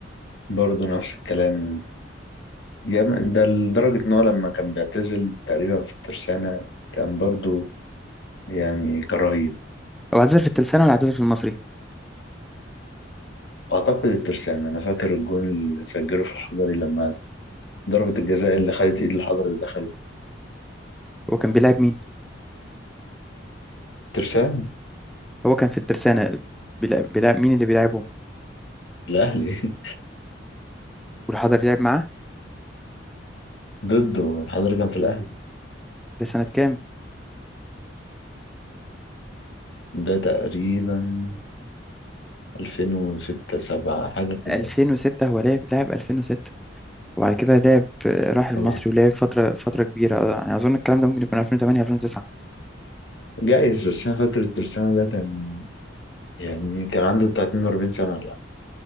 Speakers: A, on the left; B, in the centre.
A: برضه نفس الكلام جامد ده لدرجة إن هو لما كان بيعتزل تقريبا في الترسانة كان برضو يعني كرهيب
B: هو اعتزل في الترسانة ولا اعتزل في المصري
A: أعتقد الترسانة أنا فاكر الجون اللي سجله في الحضري لما ضربة الجزاء اللي خدت إيد الحضري ودخلت
B: هو كان بيلعب مين
A: ترسانة
B: هو كان في الترسانة بيلعب, بيلعب مين اللي بيلعبهم
A: الأهلي
B: والحضري لعب معاه
A: <laughs> ضده الحضري كان في الأهلي
B: ده سنة كام
A: ده تقريبا 2006 7 حاجة كده
B: 2006 هو لعب لعب 2006 وبعد كده لعب آه، راح
A: سبعة
B: المصري ولعب فترة فترة كبيرة آه، يعني أظن الكلام ده ممكن يكون 2008 2009
A: جايز بس أنا فاكر الترسانة ده كان يعني كان عنده بتاع 42 سنة ولا لأ.